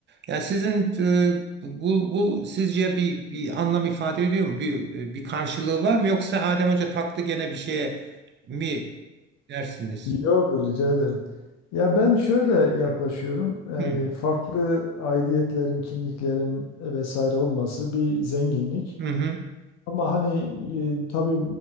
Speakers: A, on the right (about 35°); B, on the left (about 60°).
A: Ya sizin e, bu bu sizce bir bir anlam ifade ediyor mu? Bir e, bir karşılığı var mı yoksa Adem Hoca taktı gene bir şeye mi dersiniz?
B: Yok rica ederim. Ya ben şöyle yaklaşıyorum. Yani
A: Hı.
B: farklı aidiyetlerin, kimliklerin vesaire olması bir zenginlik.
A: Hı hı.
B: Ama hani e, tabii